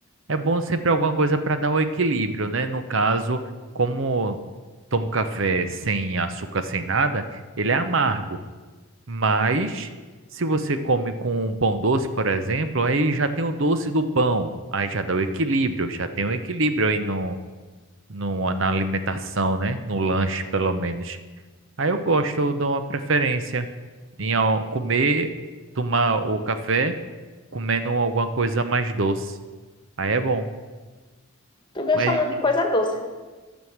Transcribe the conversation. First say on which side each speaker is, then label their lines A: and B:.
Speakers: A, on the right (about 60°); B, on the left (about 20°).
A: É bom sempre alguma coisa para dar um equilíbrio, né? No caso, como tomo café sem açúcar, sem nada, ele é amargo. Mas se você come com um pão doce, por exemplo, aí já tem o doce do pão. Aí já dá o equilíbrio, já tem o equilíbrio aí no, no, na alimentação, né? No lanche, pelo menos. Aí eu gosto, eu dou uma preferência em ó, comer, tomar o café comendo alguma coisa mais doce. Aí é bom.
B: Tu gosta
A: Mas
B: muito de coisa doce.